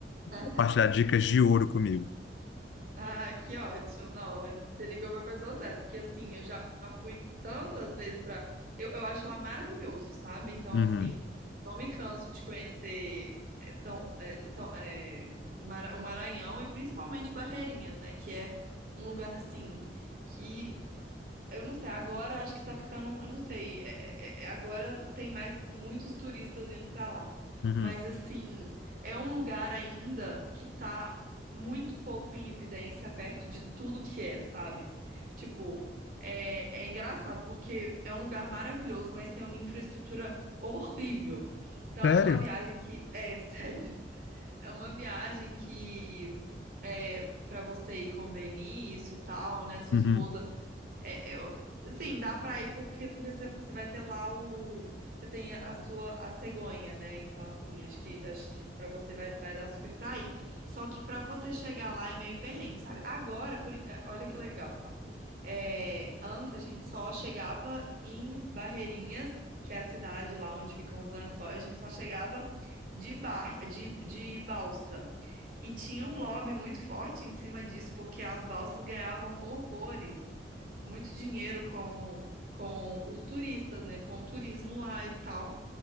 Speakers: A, on the right; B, on the left.
A: <laughs>
B: compartilhar dicas de ouro comigo.
A: Ah, que ótimo. Não, você ligou para pessoa certa, porque assim, eu já fui tantas vezes para eu, eu acho lá maravilhoso, sabe? Então,
B: Uhum,
A: assim, não me canso de conhecer eh, São, eh, São, eh, Mara- o Maranhão e principalmente Barreirinhas, né? Que é um lugar assim que eu não sei, agora acho que tá ficando, eu não sei, é- é- é- agora tem mais muitos turistas indo pra lá.
B: uhum.
A: Mas assim, é um lugar ainda que tá muito pouco em evidência perto de tudo que é, sabe? Tipo, é, é engraçado porque é um lugar maravilhoso, mas tem uma infraestrutura horrível. Então
B: Sério?
A: é uma viagem que, é, <laughs> sério, é uma viagem que é para você ir com o Benício e tal, né, sua
B: Uhum.
A: esposa é, é, eu, sim, dá pra ir porque porque você você vai ter lá o você tem a sua a cegonha, né? Então assim, acho que acho que para você vai, vai dar super pra ir. Só que pra você chegar lá é meio perrengue, sabe? Agora, por en- é, olha que legal. É, antes a gente só chegava em Barreirinhas, que é a cidade lá onde ficam os lençóis, a gente só chegava de bar de, de balsa. E tinha um lobby muito forte em cima disso, porque as balsas ganhavam horrores, muito dinheiro com, com os turistas, né? Com o turismo lá e tal.